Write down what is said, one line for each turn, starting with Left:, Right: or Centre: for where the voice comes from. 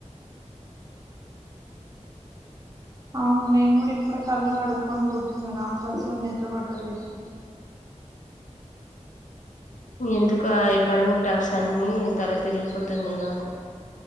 Right: అవును నేను కూడా ఇప్పుడే కళ్ళు కడుక్కొని కూర్చున్నా రాత్రి అసలు నిద్ర పట్టలేదు
Left: ఎందుకు ఆ ఎకానమిక్ గ్రాఫ్స్ అన్నీ తల తిరిగిపోతున్నాయి నాకు